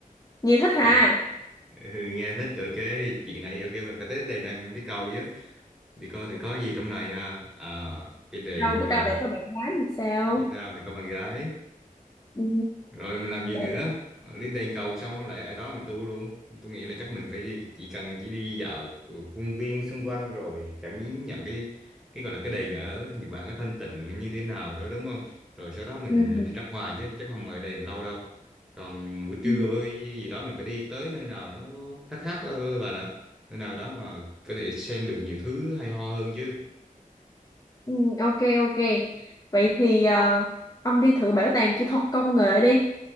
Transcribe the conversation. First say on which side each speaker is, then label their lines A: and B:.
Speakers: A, on the left (about 25°); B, in the centre.
A: Nhi thích ha
B: thì ừ, nghe thích ok chuyện này ok mình phải tới đề này mình biết cầu chứ đi coi thì có gì trong này ha à cái đề
A: đâu
B: ngôi
A: biết
B: đề
A: đâu
B: nhà
A: lại có Ồ. bạn gái thì sao
B: biết đâu là có bạn gái
A: ừ.
B: rồi mình làm gì
A: Rồi.
B: nữa lên đền cầu xong không lẽ ở đó mình tu luôn tôi nghĩ là chắc mình phải đi- chỉ cần chỉ đi dạo công viên xung quanh rồi cảm nhận cái cái gọi là cái đền ở Nhật Bản có thanh tịnh như thế nào đó đúng không rồi sau đó mình
A: Ừ.
B: đi ra ngoài chứ chắc không ở đền lâu đâu còn buổi trưa
A: Ừ.
B: với gì đó mình phải đi tới nơi nào nó khác khác ờ, bà nữa nơi nào đó mà có thể xem được nhiều thứ hay ho hơn chứ
A: Ừ. ok ok vậy thì ờ, ông đi thử bảo tàng kỹ thuật công nghệ đi